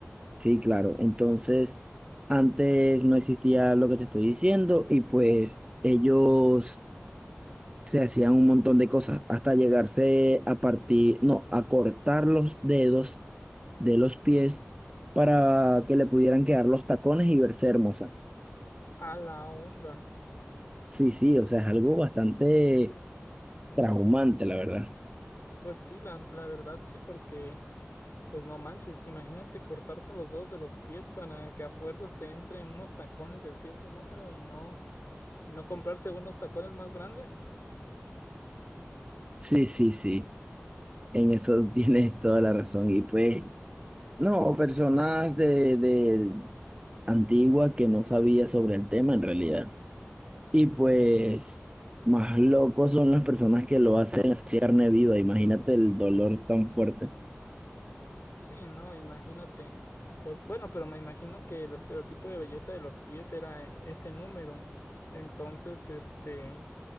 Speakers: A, on the right (about 20°); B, on the left (about 60°).
A: Sí, claro. Entonces, antes no existía lo que te estoy diciendo y pues ellos se hacían un montón de cosas hasta llegarse a partir, no, a cortar los dedos de los pies para que le pudieran quedar los tacones y verse hermosa.
B: A la onda.
A: Sí, sí, o sea, es algo bastante traumante, la verdad.
B: Pues sí, la, la verdad sí, porque, pues no manches, imagínate cortarte los dedos de los pies para que a fuerzas te entren unos tacones de cierto número y no. ¿Y no comprarse unos tacones más grandes.
A: Sí, sí, sí. En eso <laughs> tienes toda la razón. Y pues, no, personas de, de, antigua que no sabía sobre el tema en realidad. Y pues más locos son las personas que lo hacen así carne viva, imagínate el dolor tan fuerte.
B: Sí, no, imagínate. Por- bueno, pero me imagino que el estereotipo de belleza de los pies era ese número. Entonces, este,